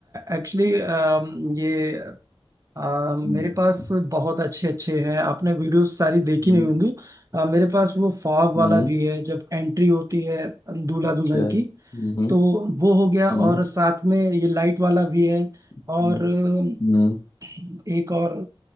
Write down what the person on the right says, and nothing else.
एक्चुअली ये अ,
मेरे
पास बहुत अच्छे अच्छे हैं आपने वीडियोस सारी देखी
नहीं होंगी अ, मेरे पास वो फॉग वाला
भी है जब एंट्री होती है दूल्हा
दुल्हन
की तो वो हो गया
और साथ में ये लाइट वाला भी है
और अ,
एक और